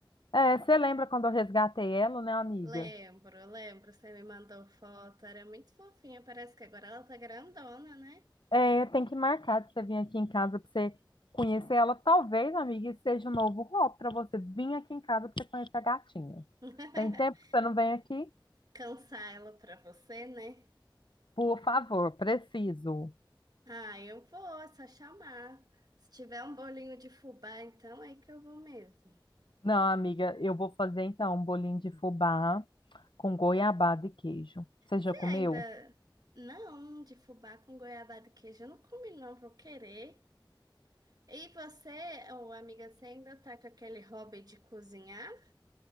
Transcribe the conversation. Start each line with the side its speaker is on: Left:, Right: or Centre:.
Left: É, você lembra quando eu resgatei ela, né, amiga?
Right: Lembro, lembro, você me mandou foto, era muito fofinha, parece que agora ela tá grandona, né?
Left: É, tem que marcar de você vir aqui em casa para você conhecer ela. Talvez, amiga, isso seja um novo hobby para você vir aqui em casa para você conhecer a gatinha.
Right: <laughs>
Left: Tem tempo que você não vem aqui?
Right: Cansar ela pra você, né?
Left: Por favor, preciso.
Right: Ah, eu vou, é só chamar. Se tiver um bolinho de fubá, então é que eu vou mesmo.
Left: Não, amiga, eu vou fazer então um bolinho de fubá com goiabada e queijo. Você já
Right: Você
Left: comeu?
Right: ainda. Não, de fubá com goiabada e queijo, eu não comi, não, vou querer. E você, ô amiga, você ainda tá com aquele hobby de cozinhar?